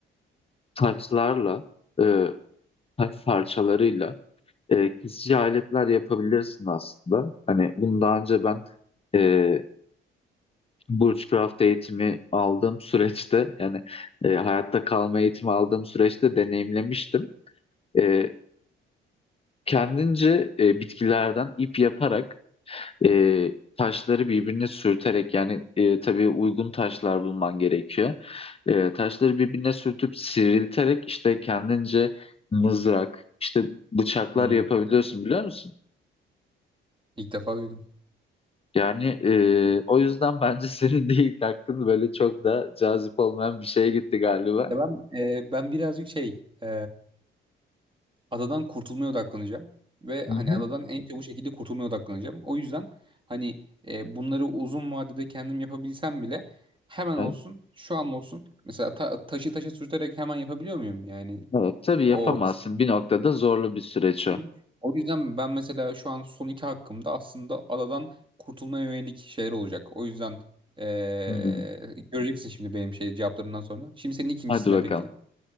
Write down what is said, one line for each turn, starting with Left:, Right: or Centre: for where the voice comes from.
Left: taşlarla, e, taş parçalarıyla e, kesici aletler yapabilirsin aslında. Hani bunu daha önce ben e, Bushcraft eğitimi aldığım süreçte yani e, hayatta kalma eğitimi aldığım süreçte deneyimlemiştim. E, kendince e, bitkilerden ip yaparak e, taşları birbirine sürterek yani e, tabii uygun taşlar bulman gerekiyor. E, taşları birbirine sürtüp sivrilterek işte kendince mızrak işte bıçaklar
Right: Hmm.
Left: yapabiliyorsun biliyor musun?
Right: İlk defa duydum.
Left: Yani e, o yüzden bence senin de ilk hakkın böyle çok da cazip olmayan bir şeye gitti galiba.
Right: Ya ben e, ben birazcık şey e, adadan kurtulmaya odaklanacağım ve
Left: Hı
Right: hani
Left: hı.
Right: adadan en çabuk şekilde kurtulmaya odaklanacağım. O yüzden hani e, bunları uzun vadede kendim yapabilsem bile hemen
Left: Evet,
Right: olsun, şu an olsun. Mesela ta- taşı taşa sürterek hemen yapabiliyor muyum? Yani
Left: evet. Tabii yapamazsın.
Right: o
Left: Bir noktada zorlu bir süreç
Right: istediğim-
Left: o.
Right: o yüzden ben mesela şu an son iki hakkımda aslında adadan kurtulmaya yönelik şeyler olacak. O yüzden e,
Left: Hmm,
Right: göreceksin şimdi benim şey cevaplarından sonra. Şimdi senin ikincisine
Left: Hadi bakalım.
Right: peki.